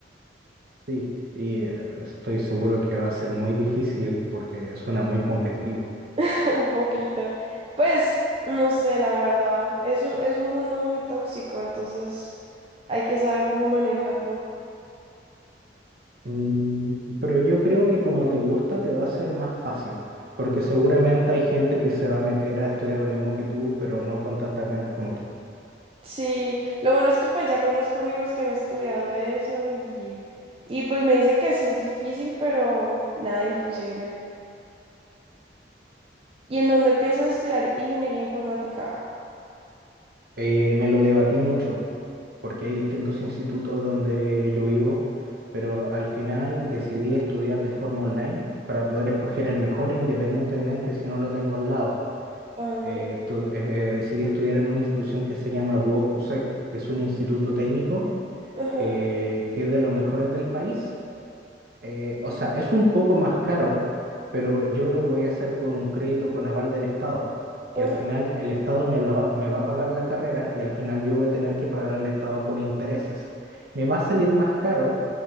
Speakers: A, on the right (about 55°); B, on the right (about 30°).
A: Sí, y eh, estoy seguro que va a ser muy difícil porque suena muy competitivo.
B: <laughs> un poquito. Pues, no sé, la verdad, es un, es un mundo muy tóxico, entonces hay que saber cómo manejarlo.
A: Mm, Pero yo creo que como te gusta, te va a ser más fácil, porque seguramente hay gente que se va a meter a estudiar lo mismo que tú, pero no con tantas ganas como tú.
B: Sí, lo bueno es que pues ya conozco amigos que han estudiado eso y, y pues me dicen que sí es difícil, pero nada imposible. ¿Y en dónde piensas estudiar ingeniería informática?
A: Eh, me lo debatí mucho, porque hay distintos institutos donde yo vivo, pero al final decidí estudiar de forma online para poder escoger el mejor independientemente si no lo tengo al lado.
B: Ah,
A: eh, estu- eh, decidí estudiar en una institución que se llama Duoc UC, que es un instituto técnico
B: ajá,
A: eh, que es de los mejores del país. Eh, o sea, es un poco más caro, pero yo lo voy a hacer con un crédito con aval del Estado, que
B: ah,
A: al final el Estado me, la va, me va a pagar la carrera y al final yo voy a tener que pagar al Estado con intereses. Me va a salir más caro,